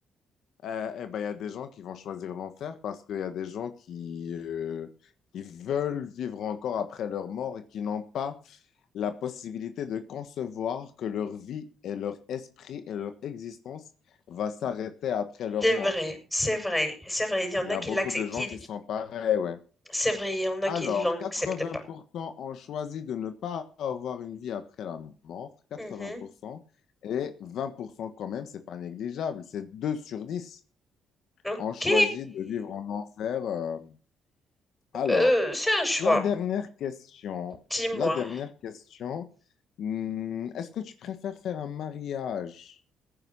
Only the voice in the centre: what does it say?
C'est
vrai, c'est vrai, c'est vrai. Il y en
a
qui
l'acceptent,
qui,
c'est vrai, il y en a
qui l'acceptent
pas.
Mhm.
Ok.
Euh, c'est un choix.
Dis-moi.